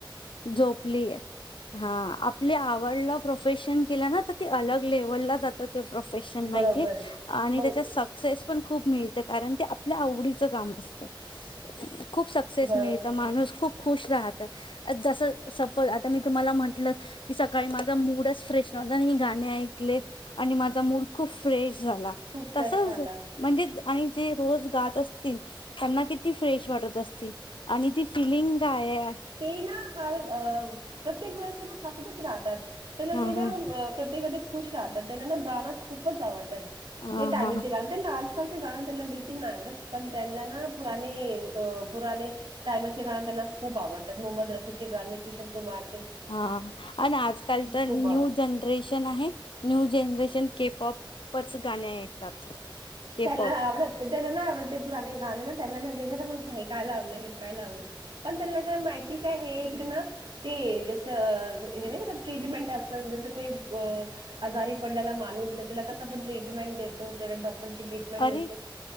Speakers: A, on the left; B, on the right.
A: झोपलीए हा आपली आवडला प्रोफेशन केल ना तर ते अलग लेव्हलला जात ते प्रोफेशन माहितीए
B: बरोबर
A: आणि
B: मग
A: त्याच्या सक्सेस पण खूप मिळते कारण ते आपल्या आवडीचं काम असत खूप सक्सेस
B: बरोबर
A: मिळतं माणूस खूप खुश राहत जसं सपोज आता मी तुम्हाला म्हंटलं की सकाळी माझा मूडच फ्रेश नव्हता आणि मी गाणे ऐकले आणि माझा मूड खूप फ्रेश झाला
B: खूप फ्रेश
A: तसच
B: झालं
A: म्हणजेे आणि जे रोज गात असतील त्यांना किती फ्रेश वाटत असतील आणि ती फिलिंग काय
B: ह प्रत्येक वेळे हसतच राहतात त्यालंत
A: हां, हां.
B: प्रत्येक खुश राहतात त्यांना ना गाना खूपच आवडतात
A: हां,
B: ते टाइमचे
A: हां.
B: गाण त्यां ना आज आजकालचे गाणं त्यांना बिलकुल नाही आवडत पण त्यांना ना पुराने अ पुराणे टाइमचे काळण त्याला खूप आवडतं मोहम्मद रफीचे गाणे किशोर कुमार
A: हा आणि आजकाल तर
B: खूप
A: न्यू
B: आवडतात
A: जनरेशन न्यू जनरेशन केप ऑपच गाणी ऐकतात के
B: त्याना
A: पॉप
B: आवडतते त्याला ना आवडते पुराणे गाणे म त्याना नाखा म्ह काय काय लावलं हे काय लावलंय पण त्यांना काय माहिती काय ना ते जसं ना ट्रीटमेंट असत जसं को अ आजारी पडलेला माणूस आहे त्याला कस ण ट्रीटमें देतो त्या डॉ ट्रीटमेंट
A: अरे
B: मिळते